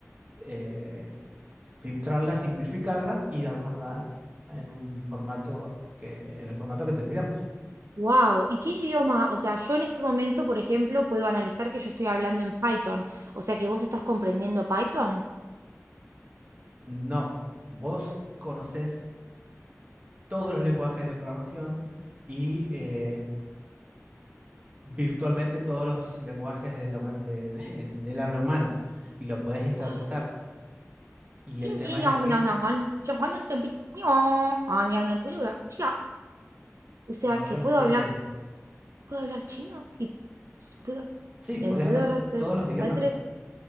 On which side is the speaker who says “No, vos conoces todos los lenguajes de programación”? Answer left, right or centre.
Right